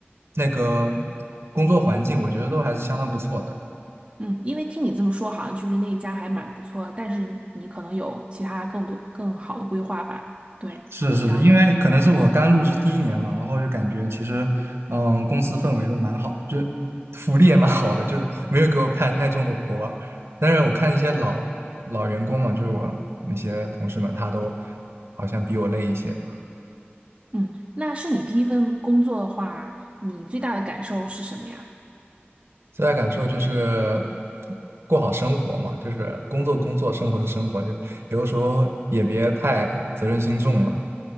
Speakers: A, on the right; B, on the right.
A: 那个工作环境，我觉得都还是相当不错的。
B: 嗯，因为听你这么说，好像就是那一家还蛮不错的，但是你可能有其他更多更好的规划吧？对，
A: 是是，
B: 然后，
A: 因为可能是我刚入职第一年嘛，然后就感觉其实，嗯，公司氛围都蛮好，就是福利也蛮好的，就是没有给我派太重的活儿但是我看一些老老员工嘛，就是我那些同事们，他都好像比我累一些。
B: 嗯，那是你第一份工作的话，你最大的感受是什么呀？
A: 最大感受就是过好生活嘛，就是工作工作，生活是生活，就有的时候也别太责任心重了，